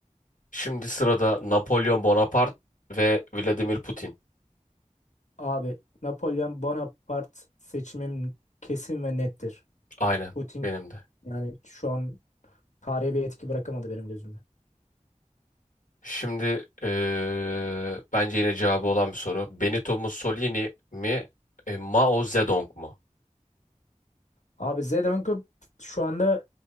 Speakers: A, on the left (about 85°); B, on the left (about 65°).
A: Şimdi sırada Napolyon Bonaparte ve Vladimir Putin.
B: Abi Napolyon Bonaparte seçimim kesin ve nettir.
A: Aynen
B: Putin
A: benim de.
B: yani şu an tarihe bir etki bırakamadı benim gözümde.
A: Şimdi eee, bence yine cevabı olan bir soru. Benito Mussolini mi, e, Mao Zedong mu?
B: Abi Zelenko şu anda